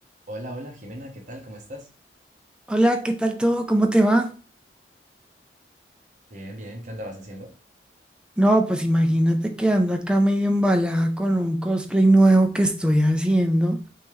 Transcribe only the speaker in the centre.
Hola, ¿qué tal todo? ¿Cómo te va?
No, pues imagínate que ando acá medio embalada con un cosplay nuevo que estoy haciendo.